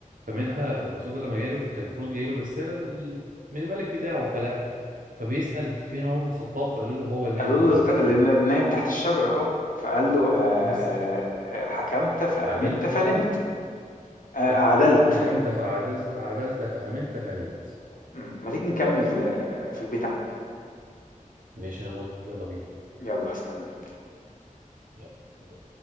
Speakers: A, on the right (about 80°); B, on the left (about 75°).
A: فمنها الرسول ده لما جاله كان المفروض جاي له برساله ل- من الملك بتاعه فلا فبيسال فين عمر بن الخطاب فقالوا له هو اللي نايم
B: قالوا
A: عند
B: له الت-
A: النخله
B: اللي
A: هناك
B: نايم تحت الشجرة اه فقال له آه
A: بالظبط
B: آه آه، حكمت فأمنت
A: عدلت
B: فنمت آه
A: ح-
B: عدلت
A: ح- حكمت فعدلت عدلت فأمنت فنمت
B: مم. ما تيجي نكمل آه، في البيت عندي
A: ماشي أنا موافق يلا بينا
B: يلا هستناك
A: يلا